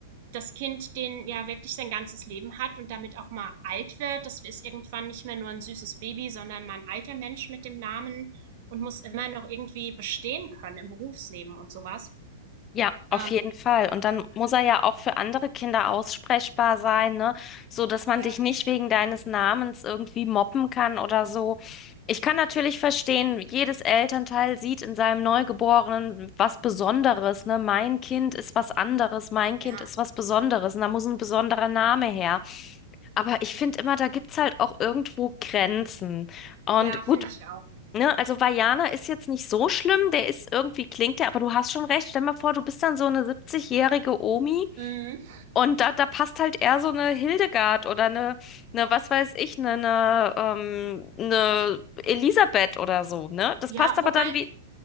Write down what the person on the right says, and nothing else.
das Kind den ja wirklich sein ganzes Leben hat und damit auch mal alt wird. Das ist irgendwann nicht mehr nur ein süßes Baby, sondern mal ein alter Mensch mit dem Namen und muss immer noch irgendwie bestehen können im Berufsleben und sowas.
Ähm,
Ja,
ja,
ja,
finde ich auch.
Mhm.
Ja,
wobei,